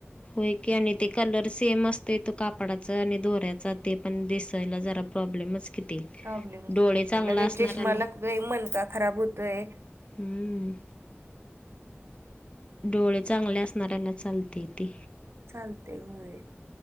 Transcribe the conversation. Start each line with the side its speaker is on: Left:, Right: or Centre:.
Left: होय की आणि ते कलर सेम असतय, तो कापडाचा आणि दोऱ्याचा ते पण दिसायला जरा प्रॉब्लेमच. किती
Right: प्रॉब्लेमच
Left: डोळे
Right: करतोय,
Left: चांगला
Right: लगेच
Left: असणाऱ्याला
Right: चष्मा लागतोय, मनका खराब होतोय.
Left: हुं. डोळे चांगले असणाऱ्यानाच चालतय ते.
Right: चालतय व्हय,